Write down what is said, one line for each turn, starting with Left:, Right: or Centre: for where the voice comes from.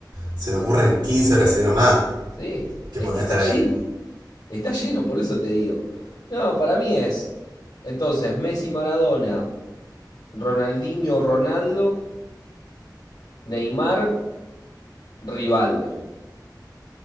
Right: se nos ocurren 15 brasileños más
Left: Sí,
Right: que
Left: es
Right: podrían
Left: que está
Right: estar
Left: lleno.
Right: ahí.
Left: Está lleno, por eso te digo. No, para mí es. Entonces, Messi, Maradona, Ronaldinho, Ronaldo, Neymar, Rivaldo.